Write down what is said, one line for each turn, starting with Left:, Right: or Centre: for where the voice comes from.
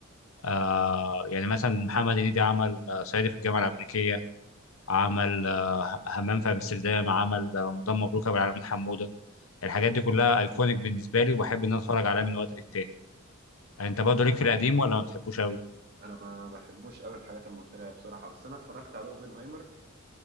Left: أه يعني مثلا محمد هنيدي عمل آه، صعيدي في الجامعه الامريكيه عمل آه، همام في امستردام عمل آه، مدام مبروك ابو العلمين حموده الحاجات دي كلها ايكونيك بالنسبه لي وبحب ان انا اتفرج عليها من وقت للتاني انت برضه ليك في القديم ولا ما بتحبوش قوي
Right: انا ما بحبوش قوي الحاجات المثيرة بصراحة بس انا اتفرجت على اوبنهايمر